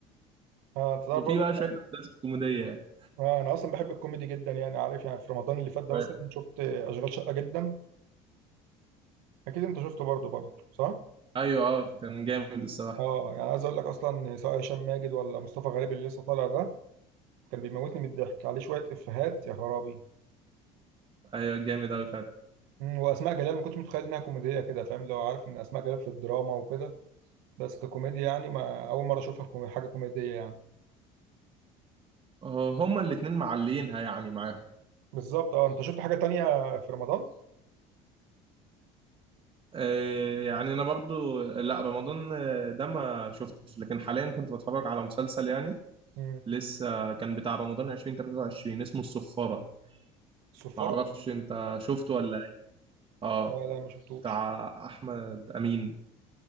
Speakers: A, on the right (about 75°); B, on the right (about 30°).
A: اه انت تعرف
B: وفي
A: برضه
B: بقى شوية أحداث كوميدية يعني
A: آه انا اصلا بحب الكوميدي جدا يعني عارف يعني في رمضان اللي فات ده
B: ف-
A: مثلا شفت آه، اشغال شقه جدا اكيد انت شفته برضه برضه صح
B: أيوه أه كان جامد الصراحة
A: اه يعني عايز اقول لك اصلا سواء هشام ماجد ولا مصطفى غريب اللي لسه طالع ده كان بيموتني من الضحك عليه شويه افيهات يا خرابي
B: أيوه جامد أوي فعلا
A: مم، واسماء جلال ما كنتش متخيل انها كوميديه كده فاهم لو عارف ان اسماء جلال في الدراما وكده بس ككوميديا يعني ما اول مره اشوفها في كومي- حاجه كوميديه يعني
B: آه، هما الاتنين معلينها يعني معاهم
A: بالظبط اه انت شفت حاجه تانية في رمضان
B: آه، يعني انا برضو لا رمضان آه، ده ما شفتش لكن حاليا كنت بتفرج على مسلسل يعني
A: امم
B: لسه كان بتاع رمضان 2023 اسمه الصفارة
A: الصفاره
B: ما اعرفش انت شفته ولا إيه؟ اه
A: لا لا ما شفتوش
B: بتاع احمد امين